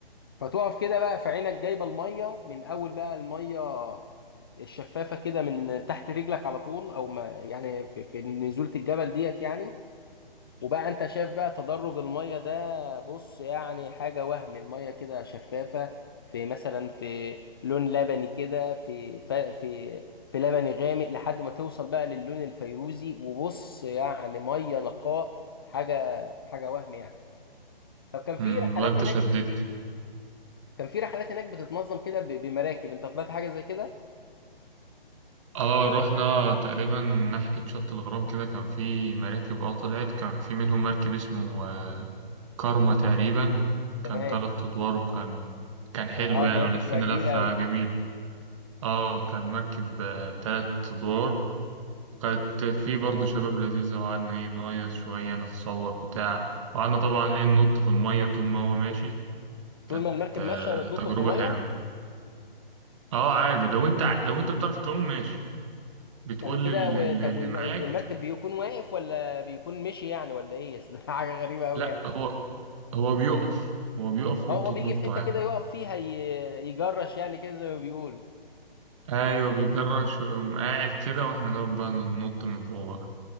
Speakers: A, on the left; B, on the right.
A: فتقف كده بقى في عينك جايبه الميه من اول بقى الميه الشفافه كده من تحت رجلك على طول او ما يعني في, في نزوله الجبل ديت يعني وبقى انت شايف بقى تدرج الميه ده بص يعني حاجه وهم الميه كده شفافه في مثلا في لون لبني كده في ف- في في لبني غامق لحد ما توصل بقى للون الفيروزي وبص يعني ميه نقاء حاجه حاجه وهم يعني طب كان في
B: مم.
A: رحلات
B: والله أنت
A: هناك
B: شدتني
A: كان في رحلات هناك بتتنظم كده ب- بمراكب انت طلعت حاجه زي كده
B: آه رحنا تقريبا ناحية شط الغرام كده كان في مراكب آه طلعت كان في منهم مركب اسمه آه كارما تقريبا
A: تمام
B: كان تلات أدوار وكان كان حلو
A: اه
B: يعني
A: المراكب
B: ولفينا
A: بتبقى كبيره
B: لفة
A: قوي
B: جميلة آه كان مركب آه تلات أدوار وكانت في برضه شباب لذيذة وقعدنا إيه نهيص شوية نتصور بتاع وقعدنا طبعا إيه ننط في المية طول ما هو ماشي كانت
A: طول ما المركب
B: آه،
A: ماشيه بتنطوا
B: تجربة
A: في الميه
B: حلوة أه عادي لو أنت لو أنت بتعرف تعوم ماشي بتقول
A: طب وكده
B: لل-
A: و-
B: لل-
A: طب
B: اللي
A: والم-
B: معاك
A: المركب بيكون واقف ولا بيكون مشي يعني ولا ايه <laughs> أصل ده حاجه غريبه قوي
B: لأ
A: يعني
B: هو هو بيقف هو بيقف
A: اه
B: وأنتوا
A: هو بيجي
B: تنطوا
A: في حته
B: عادي
A: كده يقف فيها ي- يجرش يعني كده زي ما بيقولوا
B: أيوه بيجرش ويقوم قاعد كده وإحنا نقعد بقى ننط من فوق بقى